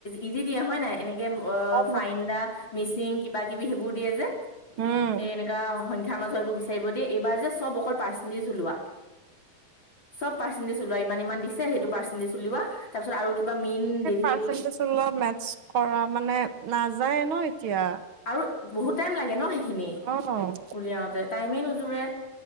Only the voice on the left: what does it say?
ইজি দিয়া হয় নাই এনেে এ
ফাইন দা মিচিং এনেকুৱা কিবাকিবি হেবোৰ দিয়ে যে
এনেকুৱা সংখ্যা সংখ্যাৰৰ মাজত হেবোৰ বিচাৰিব দিয়ে এইবাৰ যে চব অকল পাৰ্চেনটেজ ওলোৱা চব পাৰ্চেন্টেজ ওলোৱা ইমান ইমান দিছে সেইটো পাৰ্চেন্টেজ উলিওৱা তাৰপিছত আৰু কিবা মীন দে
আৰু বহুত টাইম লাগে ন সেইখিনি
উলিয়াওতে টাইমে নো নোজোৰে